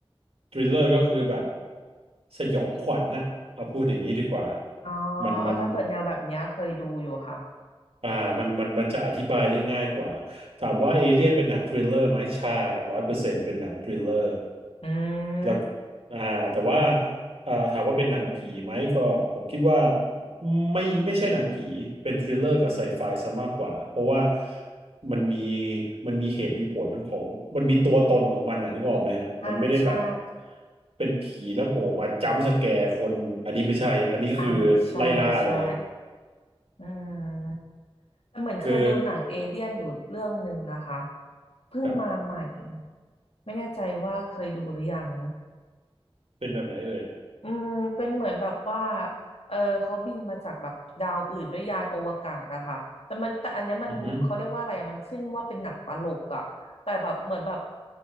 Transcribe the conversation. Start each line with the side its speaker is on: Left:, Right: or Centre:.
Right: ทริลเลอร์ก็คือแบบสยองขวัญน่ะเอาพูดอย่างนี้ดีกว่า
Left: อ๋อ
Right: มันมัน
Left: เอาถ้าเปิดแนวแบบเนี้ยเคยดูอยู่ค่ะ
Right: อ่ามันมันมันจะอธิบายได้ง่ายกว่าถามว่าเอเลียนเป็นหนังทริลเลอร์ไหมใช่ร้อยเปอร์เซ็นต์เป็นหนังทริลเลอร์
Left: อื
Right: แล้ว
Left: ม
Right: อ่าแต่ว่าอ่าถามว่าเป็นหนังผีไหมก็ผมคิดว่าไม่ไม่ใช่หนังผีเป็นทริลเลอร์กับไซไฟซะมากกว่าเพราะว่ามันมีมันมีเหตุมีผลของมันมีตัวตนของมันอ่ะนึกออกไหมฮะมันไม่ได้แบบ
Left: อ่าใช่
Right: เป็นผีแล้วโผล่มาจัมป์สแกร์คนอันนี้ไม่ใช่อันนี้คือไล่ล่าเลย
Left: อ่าใช่ใช่อืมแต่เหมือนเคยดูหนังเอเลี่ยนอยู่เรื่องหนึ่งนะคะ
Right: คือ
Left: เพิ่งมาใหม่
Right: ครับ
Left: ไม่แน่ใจว่าเคยดูหรือยัง
Right: เป็นแบบไหนเอ่ย
Left: อืมเป็นเหมือนแบบว่าเออเขาบินมาจากแบบดาวอื่นด้วยยานอวกาศอะค่ะแต่มันแต่อันเนี้ยมันเขาเรียกว่าอะไรอะมันขึ้นว่าเป็นหนังตลกอะแต่แบบเหมือนแบบ
Right: อือฮึ